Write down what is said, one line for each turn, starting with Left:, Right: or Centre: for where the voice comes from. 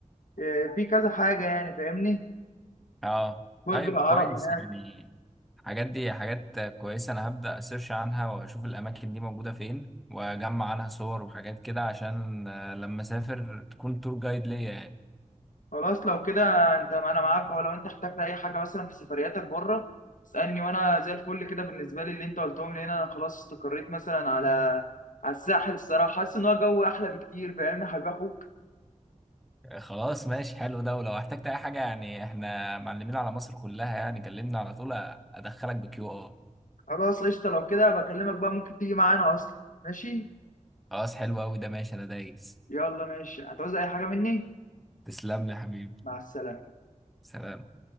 Left: آه، في كذا حاجة يعني فاهمني
Centre: اه
Left: برج
Centre: طيب
Left: العرب
Centre: كويس
Left: هناك.
Centre: يعني الحاجات دي حاجات كويسة أنا هبدأ أسيرش عنها وأشوف الأماكن دي موجودة فين وأجمع عنها صور وحاجات كده عشان آه، لما أسافر تكون تور جايد ليا يعني
Left: خلاص لو كده انت انا معاك ولو انت احتجت اي حاجه مثلا في سفرياتك بره اسالني وانا زي الفل كده بالنسبه لي اللي انت قلتهم لي هنا انا خلاص استقريت مثلا على على الساحل الصراحه حاسس ان هو جو احلى بكتير فاهمني يا حبيب اخوك
Centre: آه، خلاص ماشي حلو ده ولو احتجت أي حاجة يعني إحنا معلمين على مصر كلها يعني كلمنا على طول أدخلك بكيو آر
Left: خلاص قشطه لو كده بكلمك بقى ممكن تيجي معانا اصلا ماشي
Centre: خلاص حلو أوي ده ماشي أنا دايس
Left: يلا ماشي هتعوز اي حاجه مني
Centre: تسلم لي يا حبيبي
Left: مع السلامه
Centre: سلام